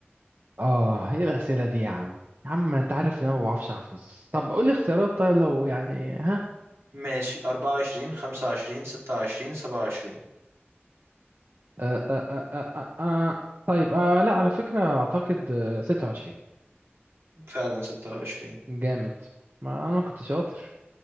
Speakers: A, on the right; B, on the right.
A: اه ايه الاسئله دي يا عم يا عم انت عارف ان انا ما بعرفش احفظ طب قول لي اختيارات طيب لو يعني ها
B: ماشي 24 25 26 27
A: آه آه آه آه آه آه. طيب آه لا على فكره اعتقد آه، 26
B: فعلا 26
A: جامد ما انا كنت شاطر